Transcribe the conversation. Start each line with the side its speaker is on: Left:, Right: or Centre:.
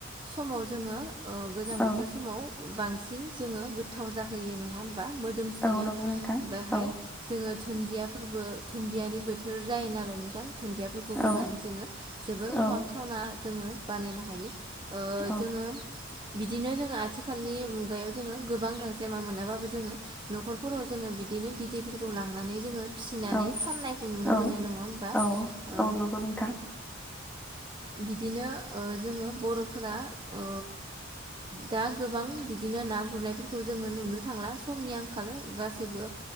Right: समाव जोङो ओ गोजां
Centre: औ
Right: बोथोर समाव बां सिन जोंङो गोथ्थाव जाहोयो नंङा होमबा, मोदोमसिनो
Centre: औ नंगौ नोंथां
Right: बेहाय
Centre: औ
Right: जोंङो धुन्दियाफोरबो धुनदियानि बोथोर जायो नालाय नोंथां, धनन्दियाफोरखौ
Centre: औ
Right: होनानै जोंङो जोबोर
Centre: औ
Right: खहाब थावना जोङो बानायनो हायो। ओ
Centre: औ
Right: जोङो बिदिनो जोंङो आथिखालनि मुगायाव जोंङो गोबां गांजेमा मोनाबाबो जोंङो न'खरफोराव जोंङो बि दिनो बिदैफोरखौ लांनानै जोंङो फिसिनानै
Centre: औ
Right: फाननायखौ नुनो
Centre: औ
Right: मोनो नंङा होमबा?
Centre: औ
Right: ओ
Centre: औ नंगौ नोंथां
Right: बिदिनो ओ जोंङो बर'फोरा ओ दा गोबां बिदिनो ना गुरनायफोरखौ जोंङो नुनो थांला समनि आंखाल। गासैबो